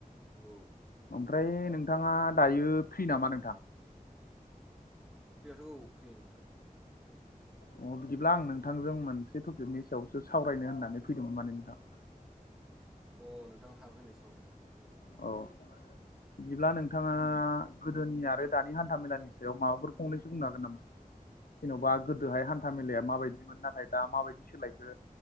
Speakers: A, on the left (about 85°); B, in the centre.
A: <inaudible>
B: औ
A: ओमफ्राय नोंथाङा दायो फ्रि नामा नोंथां?
B: फ्रियाथ' औ फ्रि नोंथां।
A: अ बिदिब्ला आं नोंथांजों मोनसे टपिकनि सायावसो सावरायनो होननानै फैदोंमोन माने नोंथां।
B: अ नोंथां हागोन दे सावरायनो हागोन।
A: औ। बिदिब्ला नोंथाङा गोदोनि आरो दानि हान्थामेलानि सायाव माबाफोर फंनैसो बुंनो हागोन नामा? जेन'बा गोदोहाय हान्था मेलाया माबायदिमोन नाथाय दा माबायदि सोलायखो।